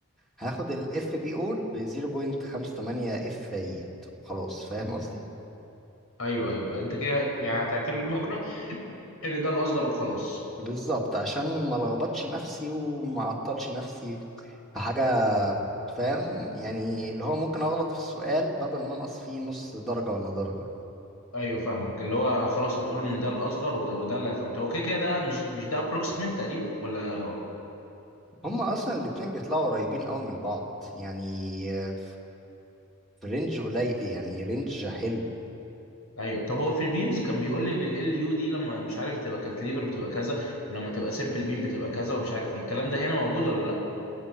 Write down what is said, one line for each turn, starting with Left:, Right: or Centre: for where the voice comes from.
Centre: هاخد الاف بي اول ب 0.58 اف يلد خلاص فاهم قصدي
Left: ايوه ايوه انت كده هت- يعني هتعتمد بكره ان ده الاصغر وخلاص
Centre: بالظبط عشان ما لخبطش نفسي وما اعطلش نفسي في حاجه فاهم يعني اللي هو ممكن اغلط في السؤال بدل ما انقص فيه نص درجه ولا درجه
Left: ايوه فاهمك اللي هو خلاص هتقول له ان ده الاصغر وده, وده اللي هتعتمد هو كده كده ده مش مش ده ابروكسيميت تقريبا ولا
Centre: هما اصلا الاتنين بيطلعوا قريبين قوي من بعض يعني آه، في رينج قليل يعني رينج حلو
Left: ايوه طب هو في البيمز كان بيقول لي ان ال يو دي لما مش عارف تبقى كانتليفر بتبقى كذا ولما تبقى سمبل بيم بتبقى كذا ومش عارف ايه الكلام ده هنا موجود ولا لا